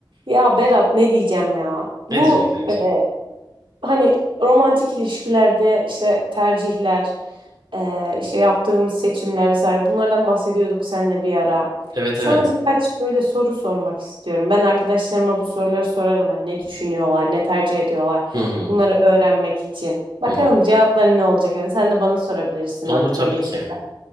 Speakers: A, on the right (about 80°); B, on the right (about 50°).
A: Ya Berat ne diyeceğim ya? Bu
B: Ne diyeceksin kanki?
A: e, hani romantik ilişkilerde işte tercihler, e, işte yaptığımız seçimler vesaire bunlardan bahsediyorduk seninle bir ara.
B: Evet
A: Sana
B: evet.
A: birkaç böyle soru sormak istiyorum. Ben arkadaşlarıma bu soruları sorarım hani ne düşünüyorlar, ne tercih ediyorlar.
B: Hı hı.
A: Bunları öğrenmek için. Bakalım
B: Hı hı.
A: cevapların ne olacak? Hani sen de bana sorabilirsin
B: Olur
A: aklına
B: tabii
A: gelirse.
B: ki.